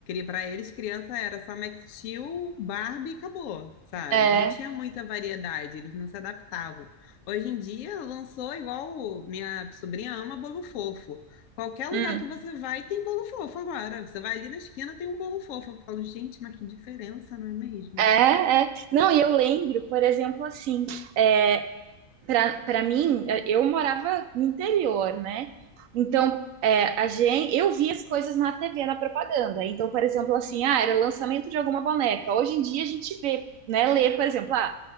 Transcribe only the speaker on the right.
É.
Hum.
É, é. Não, e eu lembro, por exemplo, assim, é, para para mim, eu morava no interior, né? Então, é, a gente, eu via as coisas na TV, na propaganda. Então, por exemplo, assim, ah, era lançamento de alguma boneca. Hoje em dia a gente vê, né, lê, por exemplo, ah,